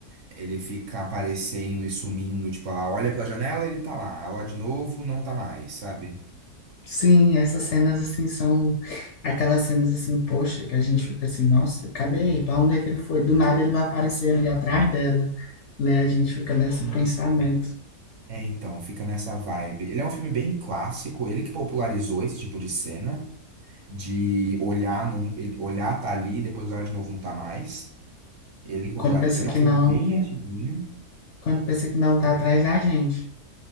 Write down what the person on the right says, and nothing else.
ele fica aparecendo e sumindo, tipo, ela olha pela janela, ele tá lá, ela olha de novo, não tá mais, sabe?
Hum.
É, então, fica nessa vibe. Ele é um filme bem clássico, ele que popularizou esse tipo de cena. de olhar, num, ele- olhar tá ali, depois olhar de novo não tá mais. Ele que popularizou,
ele
é um filme
bem antiguinho.